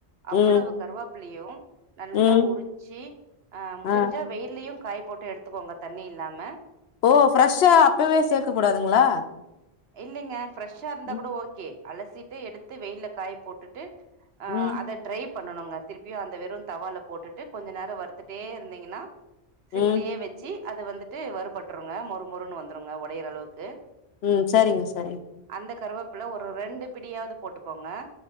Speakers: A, on the right; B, on the left.
A: அவ்வளவு
B: ம்
A: கருவா லியோ நல்லா
B: ம்
A: உரிச்சு ஆஹ் முடிஞ்சா
B: ஆ
A: வெயிலயும் காய போட்டு எடுத்துக்கோங்க தண்ணி இல்லாமல்
B: ஓ ஃப்ரெஷ்ஷா அப்பவே சேர்க்க கூடாதுங்களா
A: இல்லங்க ப்ரெஷா இருந்தா
B: ம்
A: கூட ஓகே அலசிட்டு எடுத்து வெயில காய போட்டு ட்டு
B: ம்
A: அத ட்ரை பண்ணனுங்க திருப்பியும் அந்த வெறு தவால போட்டுட்டு கொஞ்ச நேரம் வறுத்துட்டே இருந்தீங்னா சிம்லியே
B: ம்
A: வச்சு அது வந்துட்டு வருறுபட்டுருங்க மொறு மொறுன்னு வந்துருங்க உடையிற அளவுக்கு
B: ம் சரிங்க சரிங்க
A: இந்த கருவேப்புல ஒரு ரெண்டு பிடியாவது போட்டுக்கோங்க